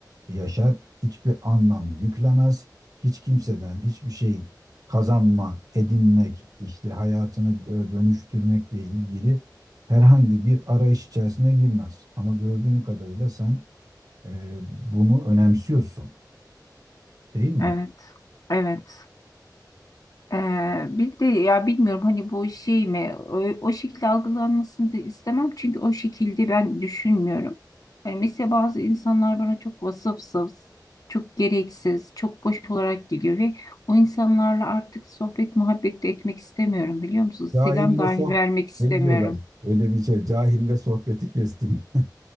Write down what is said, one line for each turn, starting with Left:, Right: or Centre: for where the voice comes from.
Right: yaşar, hiçbir anlam yüklemez, hiç kimseden hiçbir şey kazanma, edinmek, işte hayatını dö- dönüştürmekle ilgili herhangi bir arayış içerisine girmez. Ama gördüğüm kadarıyla sen e, bunu önemsiyorsun, değil mi?
Left: Evet. Evet. Ee, bir de ya bilmiyorum hani bu şey mi o, o şekilde algılanmasını da istemem çünkü o şekilde ben düşünmüyorum. Hani mesela bazı insanlar bana çok vasıfsız, çok gereksiz, çok boş olarak geliyor ve o insanlarla artık sohbet muhabbet de etmek istemiyorum biliyor musunuz?
Right: Cahille
Left: Selam dahi
Right: soh
Left: vermek istemiyorum.
Right: ne diyorlar? Öyle bir şey. Cahille sohbeti kestim. <laughs>